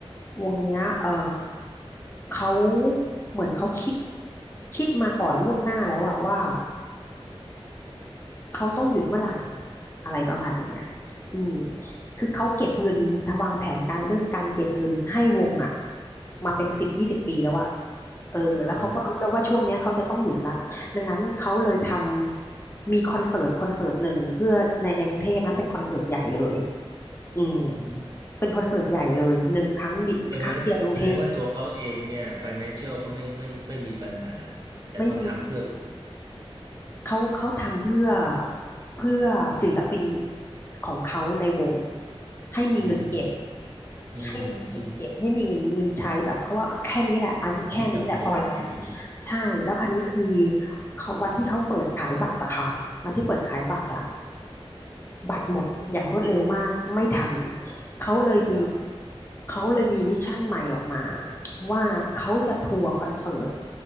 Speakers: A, on the left; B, on the right.
A: วงเนี้ยเออเขาเหมือนเขาคิด คิดมาก่อนล่วงหน้าแล้วอะว่า เขาต้องหยุดเมื่อไหร่อะไรประมาณอย่างเงี้ยอืมคือเขาเก็บเงินวางแผนการเรื่องการเก็บเงินให้วงอ่ะมาเป็นสิบยี่สิบปีแล้วอะเออแล้วเขาก็รู้แล้วว่าช่วงเนี้ยเขาจะต้องหยุดละดังนั้นเขาเลยท
B: โต
A: ำมีคอนเสิร์ตคอนเสิร์ตหนึ่งเพื่อในในกรุงเทพนะเป็นคอนเสิร์ตใหญ่เลยอืม
B: อืม
A: เป็นคอนเสิร์ตใหญ่เลยหนึ่งครั้งดิครั้งเดียวในกรุงเทพ
B: แต่ว่าแสดงว่าตัวเขาเองเนี่ย financial ก็ไม่ไม่ไม่มีปัญหาแต่เขาทำเพื่ออุ่น
A: ไม่มี เขาเขาทำเพื่อเพื่อศิลปินของเขาในวงให้มีเงินเก็บ
B: อืมอืมอืม
A: ให้มีเงินเก็บให้มีเงินเงินใช้แบบเขาว่าแค่นี้แหละอายุแค่นี้แหละพอแล้ว
B: ดีจังเลยอ่ะดีจังเลย
A: ใช่แล้วคราวนี้คือเขาวันที่เขาเปิดขายบัตรอะค่ะวันที่เปิดขายบัตรอะบัตรหมดอย่างรวดเร็วมากไม่ทันเขาเลยมี
B: ว้าว
A: เขาเลยมีมิชชั่นใหม่ออกมาว่าเขาจะทัวร์คอนเสิร์ต